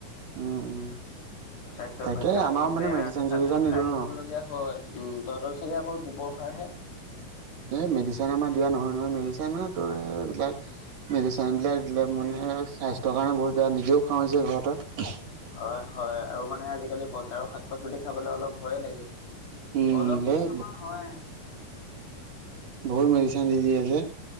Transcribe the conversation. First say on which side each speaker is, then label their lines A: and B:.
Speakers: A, on the right; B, on the left.
A: উম উম
B: স্বাস্থ্যৰ
A: তাকে
B: পক্ষে
A: আমাৰ
B: বহুত
A: মানে
B: বেয়া
A: মেডিচিন
B: তথাপিও
A: চেডিচিন নিদিওঁ
B: খাই থাকিবলগীয়া
A: ন
B: হয় উম তহঁতৰ চাগে অকল গোবৰ সাৰ হে
A: এই মেডিচিন আমাৰ দিয়া নহয় নহয় মেডিচিন মানে ত এইবিলাক মেডিচেনবিলাক দিলে মানে স্বাস্থ্যৰ কাৰণে বহুত বেয়া নিজেও খাওঁ যে ঘৰতে
B: হয় হয় আৰু মানে আজিকালি বজাৰৰ শাক পাচলি খাবলৈ অলপ ভয়ে লাগে
A: উম
B: অলপ বুলি
A: এই
B: নহয় হয়
A: বহত মেডিচেন দি দিয়ে যে